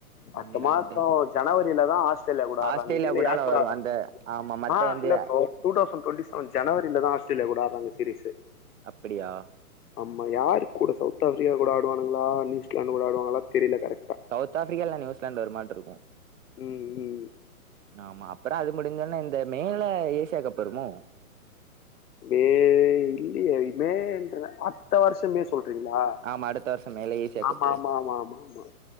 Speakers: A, on the left; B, on the right.
A: பத்து
B: இங்கிலாந்து
A: மாசம் ஜனவரியிலதான் ஆஸ்திரேலியா கூட ஆடுறாங்க
B: ஆஸ்திரேலியா
A: இல்ல
B: கூடால
A: யாரு கூட
B: வரு
A: ஆடுறாங்கன்னு
B: அந்த
A: தெரியல
B: ஆமா மத்த
A: ஆஹ்
B: வந்து
A: இல்ல bro two thousand twenty seven ஜனவரியில தான் ஆஸ்திரேலா கூட ஆட்றாங்க சீரீஸ்
B: அப்பிடியா பா
A: ஆமா யாரு கூட சவுத் ஆப்பிரிக்கா கூட ஆடுவானாங்களா நியூசிலாந்து் கூட ஆடுவாங்களா தெரியல கரெக்டா
B: சவுத் ஆப்பிரிக்கா ல்ல நியூசிலாந்து வரு மாட்டு இருக்கு
A: ம் ம்
B: ஆமா அப்பறோ அது முடுஞ்சொன்னே இந்த மே ல ஏசியா கப் வருமோ
A: வே இல்லெயே மே ன்ற ஆத்த வருஷ மே சொல்றீங்களா
B: ஆமா அடுத்த வர்ஷொ மே ல ஏசியா
A: ஆமா
B: கப்பு
A: ஆமா ஆமா ஆமா ஆமா